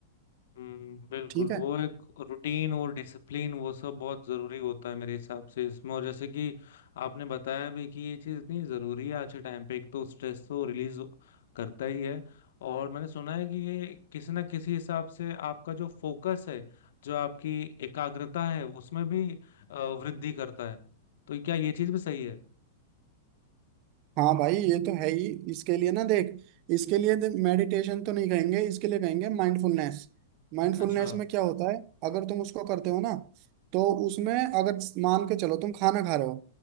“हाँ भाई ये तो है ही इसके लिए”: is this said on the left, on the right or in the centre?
Right